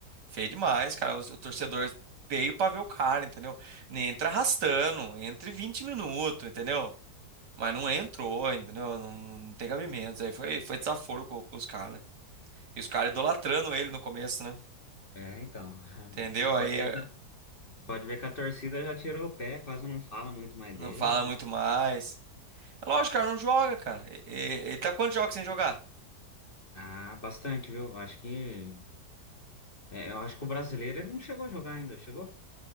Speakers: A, on the right; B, on the left.
A: Feio demais, cara. O, o torcedor veio pra ver o cara, entendeu? Nem entra arrastando, entre 20 minutos, entendeu? Mas não entrou, entendeu? Não, não tem cabimento. Aí foi, foi desaforo com, com os caras. E os caras idolatrando ele no começo, né?
B: É, então, <laughs>
A: Entendeu?
B: você pode
A: Aí
B: ver,
A: é,
B: pode ver que a torcida já tirou o pé, quase não fala muito mais
A: não
B: dele.
A: fala muito mais. É lógico, cara, não joga, cara. E- e- Ele tá quantos jogos sem jogar?
B: Ah, bastante, viu? Acho que, é, eu acho que o brasileiro ele não chegou a jogar ainda, chegou?